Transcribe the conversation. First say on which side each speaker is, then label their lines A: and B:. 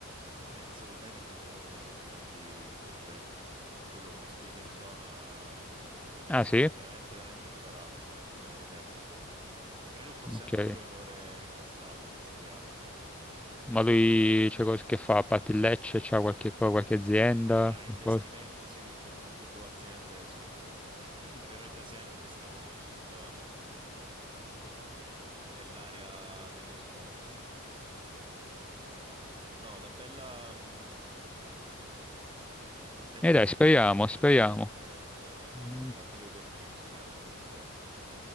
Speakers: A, on the right (about 20°); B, in the centre.
A: ha iniziato bene e continua bene, ha grandi progetti. Poi lo conosco di persona, mh,
B: Ah
A: mo-
B: sì?
A: veramente, veramente preparato, sì, a livello tecnico. Credo fosse
B: Ok.
A: anche un giocatore in passato in Serie A.
B: Ma lui c'è cos- che fa? A parte il Lecce, c'ha qualche, co- qualche azienda?
A: Da- A investimenti
B: Qualcosa?
A: sì, per conto suo, aziende sì, <clears throat> però è da sempre stato nel, ehm, nell'area dello sport. No, una bella, mm, una bella
B: E dai,
A: carriera,
B: speriamo,
A: tra virgolette,
B: speriamo.
A: il
B: Mm.
A: Pantaleo Corvino si chiama il presidente.